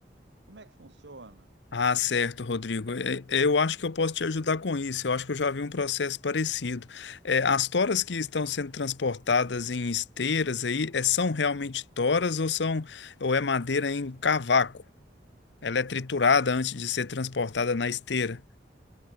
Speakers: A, on the right; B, on the left.
A: Como é que funciona?
B: Ah, certo, Rodrigo. É, é, Eu acho que eu posso te ajudar com isso. Eu acho que eu já vi um processo parecido. É, as toras que estão sendo transportadas em esteiras aí, é, são realmente toras ou são ou é madeira em cavaco? Ela é triturada antes de ser transportada na esteira,